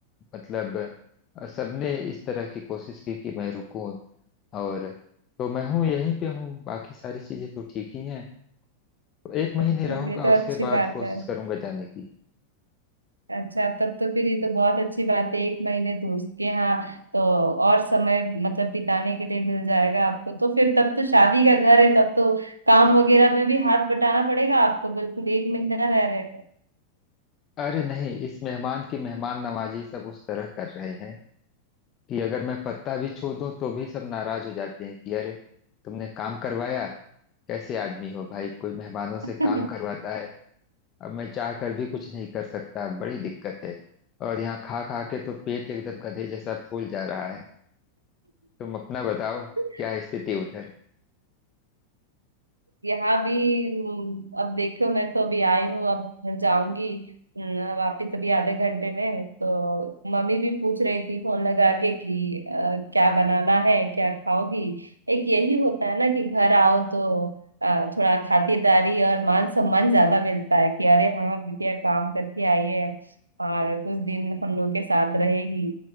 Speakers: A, on the left; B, on the right.
A: मतलब अ, सबने इस तरह की कोशिश की कि मैं रुकूं और तो मैं हूँ यहीं पे हूँ बाकी सारी चीजें तो ठीक ही हैं तो एक महीने
B: तो
A: रहूंगा
B: ये तो
A: उसके
B: अच्छी
A: बाद
B: बात
A: कोशिश
B: है
A: करूंगा जाने की
B: अच्छा तब तो फिर ये तो बहुत अच्छी बात है एक महीने दोस्त के यहाँ तो और समय मतलब बिताने के लिए मिल जाएगा आपको तो फिर तब तो शादी का घर है तब तो काम वगैरह में भी हाथ बटाना पड़ेगा आपको बिल्कुल एक महीना रह रहे
A: अरे नहीं इस मेहमान की मेहमान नवाजी सब उस तरह कर रहे हैं कि अगर मैं पत्ता भी छू दूं तो भी सब नाराज हो जाते हैं कि अरे तुमने काम करवाया कैसे आदमी हो भाई कोई मेहमानों से काम
B: हो
A: करवाता है अब मैं चाह कर भी कुछ नहीं कर सकता बड़ी दिक्कत है और यहाँ खा खा के तो पेट एकदम गधे जैसा फूल जा रहा है तुम अपना बताओ
B: <laughs>
A: क्या स्थिति उधर
B: यहाँ भी हम्म, अब देखो मैं तो अभी आई हूँ अब घर जाऊंगी हम्म, वापिस अभी आधे घंटे में तो मम्मी भी पूछ रही थी फोन लगा के कि अ, क्या बनाना है क्या खाओगी एक यही होता है ना कि घर आओ तो अ, थोड़ा खातिरदारी और मान सम्मान ज्यादा मिलता है कि अरे हाँ बिटिया काम करके आई है और कुछ दिन हम लोग के साथ रहेगी